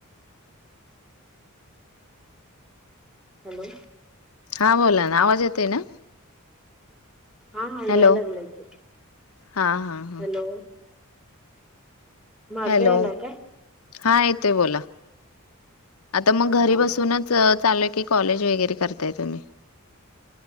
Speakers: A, in the centre; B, on the left (about 75°).
A: हॅलो!
B: हां बोला ना! आवाज येतोय ना?
A: हां हां याय
B: हॅलो
A: लागलाय की.
B: हा हा हा
A: हॅलो! माझं
B: हॅलो!
A: यायलाय काय
B: हां येतोय बोला, आता मग
A: हा
B: घरी बसूनच च चालू आहे की, कॉलेज वगैरे करताय तुम्ही?